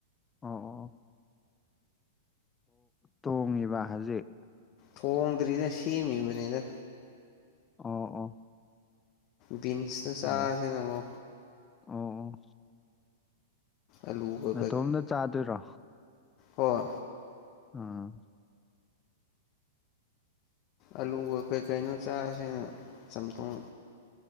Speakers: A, on the left; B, on the left.
A: ꯑꯣ ꯇꯣꯡꯉꯤꯕ ꯍꯧꯖꯤꯛ
B: ꯊꯣꯡꯝꯗꯔꯤꯗ ꯁꯤꯦꯃꯤ ꯃꯅꯦꯗ
A: ꯑꯣ ꯑꯣ
B: ꯕꯤꯟꯁꯇ ꯆꯥꯁꯦ
A: ꯎꯝ
B: ꯅꯉꯣ
A: ꯑꯣ ꯑꯣ
B: ꯑꯂꯨꯒ
A: ꯑꯇꯣꯝꯗ ꯆꯥꯗꯣꯏꯔꯣ
B: ꯑꯣ
A: ꯑꯥ
B: ꯑꯂꯨꯒ ꯀꯩꯀꯩꯅꯣ ꯆꯥꯁꯤꯅ ꯆꯝꯊꯣꯡ